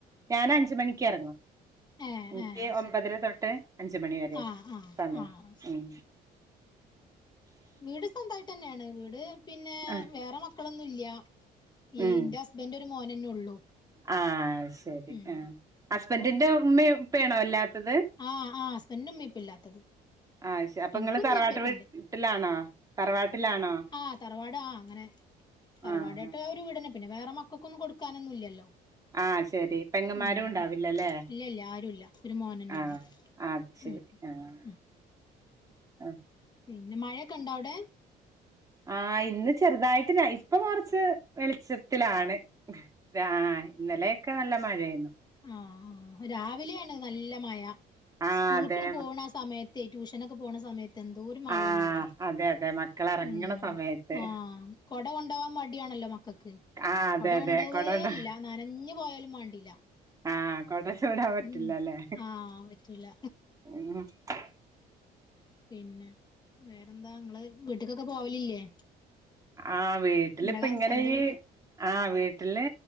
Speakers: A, on the right; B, on the left.
A: ഞൻ അഞ്ച മണിക്ക് ഇറങ്ങണം
B: ഏഹ്
A: എനിക്ക്
B: ഏഹ്
A: ഒമ്പതിര
B: ശരി
A: തൊട്ട് അഞ്ച് മണി വരെയാണ്
B: ആഹ് ആഹ്
A: സമയം
B: ആഹ് ശരി
A: ഉം
B: വീട് സ്വന്തമായിട്ട് തന്നെയാണ് വീട് പിന്നെ
A: ആഹ്
B: വേറെ മക്കളൊന്നുംല്ല ഈ
A: ഉം
B: എൻ്റെ ഹസ്ബൻന്റ് ഒരു മോനന്നെ ഉള്ളൂ.
A: ആഹ് ശരി
B: ഉം
A: ആഹ്. ഹസ്ബഡ്ന്റിന്റെ
B: അപ്പൊ
A: ഉമ്മയും ഉപ്പയും ആണോ ഇല്ലാ ത്തത്.
B: ആഹ് ആഹ് ഹസ്ബൻഡിന് ഉമ്മേം ഉപ്പേം ഇല്ലാത്തത്
A: ആഹ് ശ അപ്പൊ
B: ഇനിക്കും
A: ഇങ്ങള് തറവാട്ട്
B: ഉമ്മേം ഉപ്പേം ഒക്കെ
A: വീട്ട്
B: ഉണ്ട്
A: ട്ടിലാണോ? തറവാട്ടിലാണോ?
B: ആഹ് തറവാട് ആഹ് അങ്ങനെ. തറവാടായിട്ട്
A: ആഹ്
B: ആ ഒരു വീടന്നെ പിന്നെ വേറെ മക്കൾക്കൊന്നും കൊടുക്കാനൊന്നും ഇല്ലല്ലോ.
A: ആഹ് ശരി പെങ്ങമാരും
B: ഉം
A: ഉണ്ടാവില്ലല്ലേ.
B: ഉം ഇല്ല ഇല്ല ആരുല്ല ഒരു മോനന്നെ
A: ആഹ്
B: ഉള്ളു
A: അത് ശരി
B: ഉം
A: ആഹ്
B: ഉം
A: ആ
B: പിന്നെ മഴയൊക്കെ ഇണ്ടാ അവിടെ?
A: ആഹ് ഇന്ന് ചെറുതായിട്ട് ര ഇപ്പൊ കൊറച്ച് വെളിച്ച ത്തിലാണ് ആഹ്. ഇന്നലെയൊക്കെ നല്ല മഴയേന്നു.
B: ആഹ് ആഹ് രാവിലെയാണ് നല്ല മഴ.
A: ആഹ്
B: സ്കൂൾ
A: അതെ
B: ക്ക്ണ്ട് പോണ സമയത്തെ. ട്യൂഷനൊക്കെ പോണ സമയത് തെന്തോര് മഴയാണ്
A: ആഹ്
B: അറിയോ.
A: അതെ അതെ മക്കൾ എറങ്ങണ
B: ഉം
A: സമയത്ത്
B: ആഹ് കൊട കൊണ്ടാവാൻ മട് ടിയണല്ലോ മക്കൾക്ക്.
A: ആഹ് അതെ
B: കൊട
A: അതെ
B: കൊണ്ടോവേ
A: കൊടോണ്ട
B: ഇല്ല നനഞ്ഞു പോയാലും മാണ്ടില്ല.
A: ആഹ് കൊട ചൂടാൻ പറ്റില്ലല്ലേ
B: ഉം ആഹ് പറ്റുല്ല.
A: <unintelligible>
B: പിന്നെ വേറെന്താ ഇങ്ങള് വീട്ടിക്കൊക്കെ പോവലില്ലേ?
A: ആഹ് വീട്ടില്
B: ഇങ്ങളെ
A: ഇപ്പ ഇങ്ങനെ
B: സ്വന്തം
A: ഈ
B: വീട്ട്
A: ആഹ് വീട്ടില്